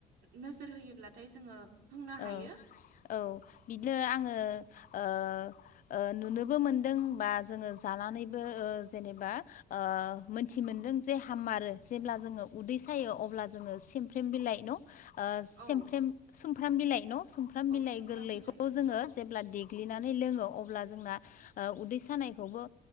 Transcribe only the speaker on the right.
नोजोर होयोब्लाथाय जोङो बुंनो हायो
औ
औ
सुमफ्राम
बिलाइ औ